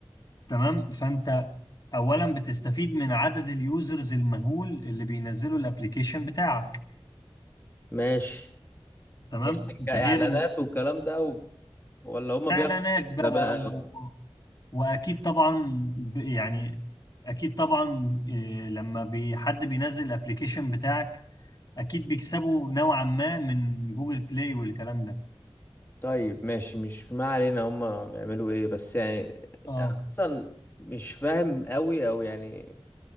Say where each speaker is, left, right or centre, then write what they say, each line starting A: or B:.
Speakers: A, on the left; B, on the left.
A: تمام فانت اولا بتستفيد من عدد اليوزرز المهول اللي بينزلوا الابليكيشن بتاعك
B: ماشي
A: تمام
B: يعني
A: ده
B: كاعلانات
A: غير ان
B: والكلام ده و... ولا هما
A: اعلانات
B: بياخدوا
A: بقى
B: ده بقى
A: و...
B: و...
A: واكيد طبعا ب... يعني اكيد طبعا إيه، لما بي... حد بينزل الابليكيشن بتاعك اكيد بيكسبوا نوعا ما من جوجل بلاي والكلام ده
B: طيب ماشي مش ما علينا هما بيعملوا ايه بس يعني
A: اه
B: اصلا مش فاهم قوي او يعني